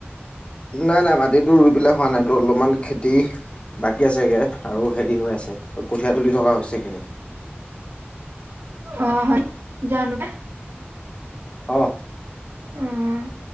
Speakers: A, on the left (about 30°); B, on the right (about 60°).
A: নাই-নাই মাটিতো ৰুই পেলাই হোৱা নাই, তো অলমান খেতি বাকী আছেগে, আৰু হেৰি হৈ আছে কঠীয়া তুলি থকা হৈছে সেইখিনি।
B: অ', হয়, জানো।
A: অ'।
B: উম।